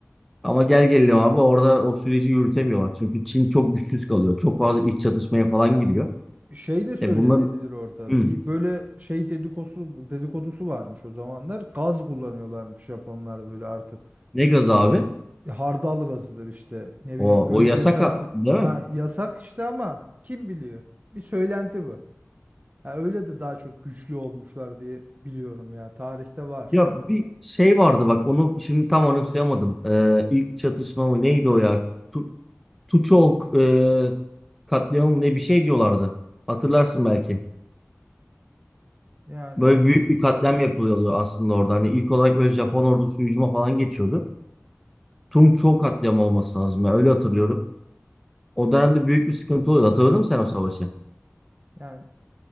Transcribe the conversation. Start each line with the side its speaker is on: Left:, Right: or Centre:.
Centre: Ama gel gelelim abi orada o süreci yürütemiyorlar. Çünkü Çin çok güçsüz kalıyor. Çok fazla iç çatışmaya falan
Right: Yani
Centre: giriyor.
Right: şey de söylenebilir
Centre: E bunların
Right: orada.
Centre: Hı,
Right: Bir böyle şey dedikodusu, dedikodusu varmış o zamanlar. Gaz kullanıyorlarmış Japonlar böyle artık.
Centre: ne gazı abi?
Right: E, hardal gazıdır işte. Ne
Centre: O,
Right: bileyim göz
Centre: o yasak
Right: yaşartı.
Centre: ha- değil mi?
Right: Ha, yasak işte ama kim biliyor? Bir söylenti bu. Ha, öyle de daha çok güçlü olmuşlar diye biliyorum ya. Tarihte var.
Centre: Ya bir şey vardı bak onu şimdi tam anımsayamadım. Ee, ilk çatışma mı neydi o ya? Tuçok e, katliamı ne bir şey diyorlardı. Hatırlarsın belki.
Right: Yani
Centre: Böyle büyük bir katliam yapılıyordu aslında orada. Hani ilk olarak böyle Japon ordusu hücuma falan geçiyordu. Tungçok katliamı olması lazım. ya, öyle hatırlıyorum. O dönemde büyük bir sıkıntı oluyordu. Hatırladın mı sen o savaşı?
Right: yani